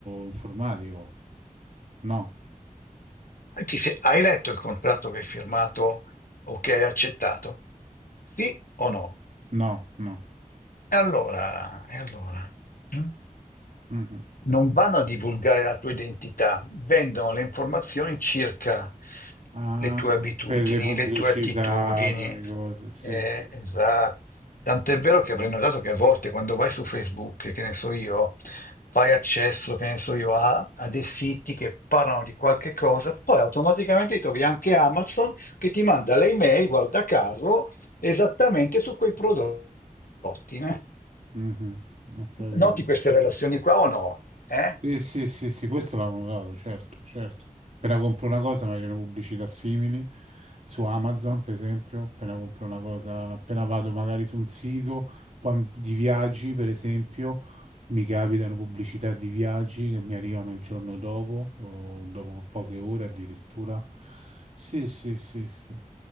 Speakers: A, on the right; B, on the left.
A: informatico. No,
B: ti sei- hai letto il contratto che hai firmato o che hai accettato? Sì o no?
A: no, no.
B: E allora, e allora? mm?
A: Mhm.
B: Non vanno a divulgare la tua identità, vendono le informazioni circa
A: Ah,
B: le tue abitudini,
A: per le pubblicità,
B: le tue attitudini.
A: per le cose, sì,
B: Eh,
A: sì, sì.
B: esatto. Tant'è
A: Ho
B: vero
A: capito.
B: che avrei notato che a volte quando vai su Facebook, che ne so io, fai accesso, che ne so io, a, a dei siti che parlano di qualche cosa, poi automaticamente trovi anche Amazon che ti manda le email, guarda caso, esattamente su quei prodotti. né?
A: Mhm, ho capito.
B: Noti queste relazioni qua o no? Eh?
A: Sì, sì, sì, sì, questo l'avevo notato, certo, certo. Appena compro una cosa mi arrivano pubblicità simili su Amazon, per esempio, appena compro una cosa, appena vado magari su un sito poi di viaggi, per esempio, mi capitano pubblicità di viaggi che mi arrivano il giorno dopo o dopo poche ore addirittura. Sì, sì, sì, sì.